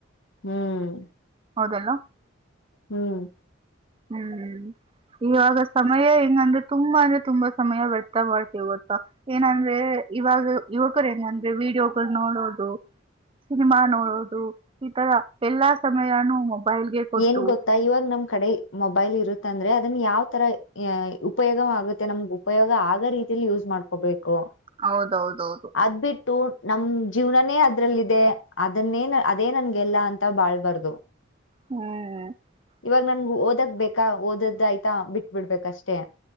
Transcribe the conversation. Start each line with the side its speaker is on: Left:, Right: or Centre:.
Left: ಹ್ಮ್
Right: ಹೌದಲ್ಲ
Left: ಹ್ಮ್
Right: ಹ್ಮ್ ಹ್ಮ್ ಇವಾಗ ಸಮಯ ಹೆಂಗಂದ್ರೆ ತುಂಬಾ ಅಂದ್ರೆ ತುಂಬಾ ಸಮಯ ವ್ಯರ್ಥ ಮಾಡ್ತೀವಿ ಗೊತ್ತಾ ಏನಂದ್ರೆ ಇವಾಗ ಯುವಕರು ಹೆಂಗ ಅಂದ್ರೆ ವಿೀಡಿಯೋಗಳು ನೋಡೋದು ಸಿನಿಮಾ ನೋಡೋದು ಈ ತರ ಎಲ್ಲಾ ಸಮಯಾನೂ ಮೊಬೈಲ್ಗೆ ಕೊಟ್ಟು
Left: ಏನ್ ಗೊತ್ತಾ ಇವಾಗ ನಮ್ ಕಡೆ ಮೊಬೈಲ್ ಇರುತ್ತೆಂದ್ರೆ ಅದನ್ ಯಾವ್ ತರ ಉಪಯೋಗ ಆಗುತ್ತೆ ನಮ್ಗೆ ಉಪಯೋಗ ಆಗ ರೀತಲಿ ಯೂಸ್ ಮಾಡ್ಕೋಬೇಕು ಕು----ಅದ್
Right: ಹೌದೌದೌದು
Left: ಬಿಟ್ಟು ನಮ ಜೀವನನೇ ಅದ್ರಲ್ಲಿದೆ ಅದನ್ನೇ ಅದೇ ನನ್ಗೆಲ್ಲ ಅಂತ ಬಾಳ್ಬಾರ್ದದು
Right: ಹ್ಮ್
Left: ಇವಾಗ ನನ್ ಓದಕ್ ಬೇಕಾ ಓದದ ಆಯ್ತಾ ಬಿಟ್ ಬಿಡ್ಬೇಕಷ್ಟೇ